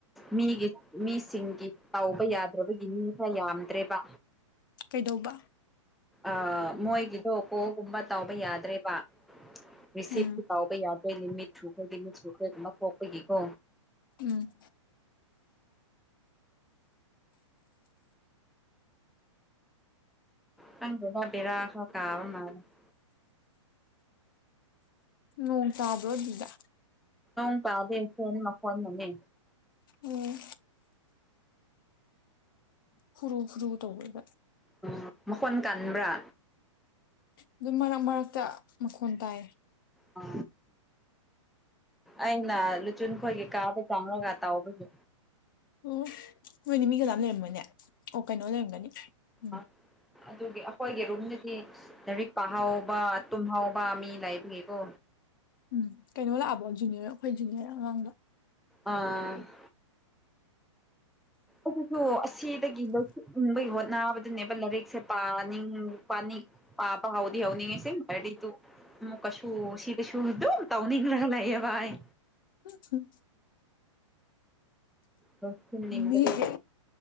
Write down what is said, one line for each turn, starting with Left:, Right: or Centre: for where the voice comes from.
Centre: ꯃꯤꯒꯤ ꯃꯤꯁꯤꯡꯒꯤ ꯇꯥꯎꯕ ꯌꯥꯗ꯭ꯔꯕꯒꯤ ꯃꯤ ꯈꯔ ꯌꯥꯝꯗ꯭ꯔꯦꯕ
Left: ꯀꯩꯗꯧꯕ
Centre: ꯑ ꯃꯣꯏꯒꯤꯗꯣ ꯀꯣꯒꯨꯝꯕ ꯇꯥꯎꯕ ꯌꯥꯗ꯭ꯔꯦꯕ ꯔꯤꯁꯤꯞꯇꯨ
Left: ꯎꯝ
Centre: ꯀꯥꯎꯕ ꯌꯥꯗ꯭ꯔꯦ ꯂꯤꯃꯤꯠ ꯁꯨꯈꯔ꯭ꯦ ꯂꯤꯃꯤꯠ ꯁꯨꯈꯔꯦ ꯑꯗꯨꯅ ꯀꯣꯛꯄꯒꯤꯀꯣ
Left: ꯎꯝ
Centre: ꯍꯪ ꯕꯤ ꯔꯥꯁ ꯀꯥꯕ ꯃꯥ <unintelligible>
Left: ꯎꯣꯡ ꯇꯥꯗ꯭ꯔꯗꯗ
Centre: ꯎ ꯇꯗꯦ ꯐꯣꯟ ꯃꯈꯣꯟꯅꯅꯦ
Left: ꯎꯝ ꯍꯨꯔꯨ ꯐꯨꯔꯨ ꯇꯧꯋꯦꯕ
Centre: ꯎꯝ ꯃꯈꯣꯟ ꯀꯕ꯭ꯔꯥ
Left: ꯑꯗꯨꯝ ꯃꯔꯛ ꯃꯔꯛꯇ ꯃꯈꯣꯟ ꯇꯥꯏ
Centre: ꯎ ꯑꯩꯅ ꯂꯨꯆꯨꯟ ꯈꯣꯏꯒꯤ ꯀꯥꯗ ꯆꯪꯉꯒ ꯇꯥꯎꯕꯒꯤ
Left: ꯑꯣ ꯅꯣꯏꯅꯦ ꯃꯤꯒ ꯂꯥꯝ ꯂꯩꯔꯝꯕꯅꯦ ꯑꯣ ꯀꯩꯅꯣ ꯂꯩꯔꯝꯒꯅꯤ ꯎꯝ
Centre: ꯑ ꯑꯗꯨꯒꯤ ꯑꯩꯈꯣꯏꯒꯤ ꯔꯨꯝꯗꯗꯤ ꯂꯥꯏꯔꯤꯛ ꯄꯥꯍꯕ ꯇꯨꯝꯍꯥꯎꯕ ꯃꯤ ꯂꯥꯏꯕꯒꯤꯀꯣ
Left: ꯎꯝ ꯀꯩꯅꯣ ꯂꯥꯛꯑꯕꯣ ꯖꯨꯅꯤꯌꯔ ꯑꯩꯈꯣꯏ ꯖꯨꯅꯤꯌꯔ ꯑꯉꯥꯡꯗ
Centre: ꯑꯥ <unintelligible> <inaudible> ꯑꯗꯨꯁꯨ ꯑꯁꯤꯗꯒꯤ ꯂꯣꯏꯁꯤꯅꯤꯡꯕꯒꯤ ꯍꯣꯠꯅꯕꯗꯅꯦꯕ ꯂꯥꯏꯔꯤꯛꯁꯦ ꯄꯥꯅꯤꯡ ꯄꯥꯅꯤꯡ ꯄꯥꯄꯥ ꯍꯥꯎꯗꯤ ꯍꯥꯎꯅꯤꯡꯉꯦꯁꯤ <unintelligible> ꯇꯨ ꯑꯃꯨꯛ ꯀꯁꯨ ꯁꯤꯗꯁꯨ ꯑꯗꯨꯝ ꯇꯧꯅꯤꯡꯂꯒ ꯂꯩꯥꯌꯦꯕ ꯑꯩ
Left: ꯎ
Centre: ꯂꯧꯁꯤꯟꯅꯤꯡꯕꯗꯣ
Left: ꯃꯤꯁꯦ